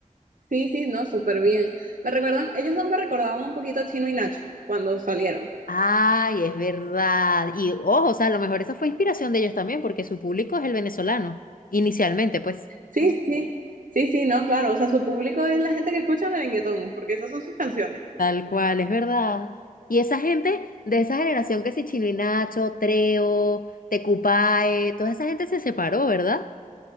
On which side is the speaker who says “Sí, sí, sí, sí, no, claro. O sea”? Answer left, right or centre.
Right